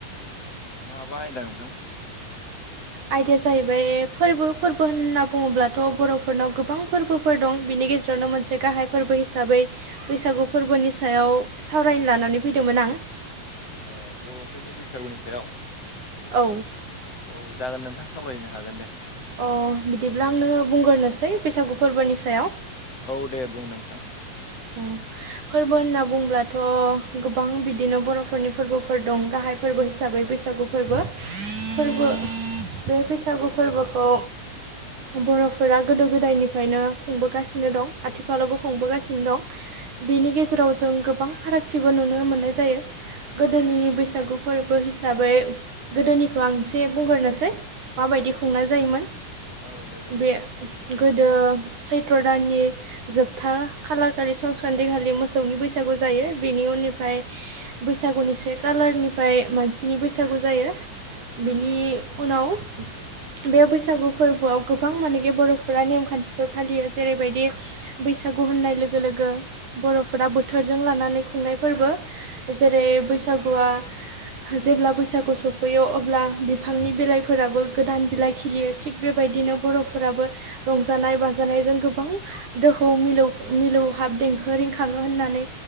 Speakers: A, on the left (about 45°); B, on the right (about 60°).
A: माबा आयदा नोंथां
B: आयदाया जाहैबाय फोरबो फोरबो होनना बुङोब्लाथ' बर'फोरनाव गोबां फोरबोफोर दं बिनि नि गेजेरावनो मोनसे गाहाय फोरबो हिसाबै बैसागु फोरबोनि सायाव सावरायनो लानानै फैदोंमोन आं आं
A: अ बर'फोरनि बैसागुनि सायाव?
B: औ
A: औ जागोन नोंथां सावरायनो हागोन दे।
B: अ बिदिब्ला आंनो बुंग्रोनोसै बैसागु फोरबोनि सायाव।
A: औ दे बुं नोंथां।
B: औ फोरबो होनना बुंब्लाथ' गोबां बिदिनो बर'फोरनि फोरबोफोर दं गाहाय फोरबो हिसाबै बैसागु फोरबो फोरबो
A: औ औ
B: बे बैसागु फोरबोखौ बर'फोरा गोदो गोदायनिफ्रायनो खुंबोगासिनो दं, आथिखालावबो खुंबोगासिनो दं। बेनि गेजेराव जों गोबां फारागथिबो नुनो मोननाय जायो। गोदोनि बैसागु फोरबो हिसाबै गोदोनिखौ आं एसे बुंग्रोनोसै माबाय दि खुंनाय जायोमोन
A: औ दे बुं
B: बे
A: नोंथां
B: गो दो सैत्र' दाननि जोबथा खालार खालि संस्क्रान्थि खालि मोसौनि बैसागु जायो बेनि उननिफ्राय बैसागुनि से कालारनि फ्राय मानसिनि बैसागु जायो बेनि उनाव बे बैसागु फोरबोआव गोबां मानेखि बर'फोरा नेमखान्थिफोर फालियो जेरैबायदि बैसा सागु होननाय लोगो लोगो बर'फोरा बोथोरजों लानानै खुंनाय फोरबो जेरै बैसागुआ जेब्ला बैसागु सफैयो अब्ला बिफांनि बिलाइफोराबो गोदान बिलाइ खिलियो थिग बेबाय दिनो बर'फोराबो रंजानाय बाजानायजों गोबां दोहौ मिलौ मिलौ हाब देंखो रिंखाङो होननानै